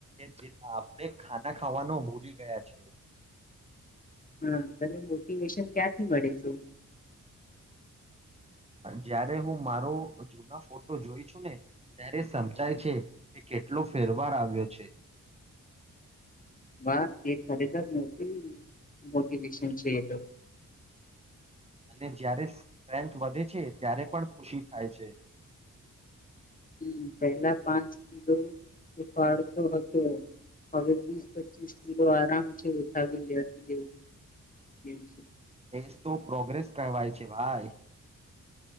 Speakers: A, on the right; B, on the left.
A: કે આપણે ખાના ખાવાનો ભૂલી ગયા છે.
B: હા તને મોટિવેશન ક્યાંથી મળે છું?
A: જ્યારે હું મારો જૂના ફોટો જોઈ છું ને ત્યારે સમજાય છે કે કેટલો ફેરવાર આવ્યો છે.
B: વાહ! એ ખરેખર મોટી મોટિવેશન છે એ તો.
A: અને જ્યારે સ્ટ્રેન્થ વધે છે ત્યારે પણ ખુશી થાય છે.
B: હમ પહેલા પાંચ કિલો ઉપાડતો હતો હવે વીસ પચીસ કિલો આરામ છે ઉઠાવી લેઇ, લેઉ, લેઉ છું.
A: એસ તો પ્રોગ્રેસ કહેવાય છે ભાઈ.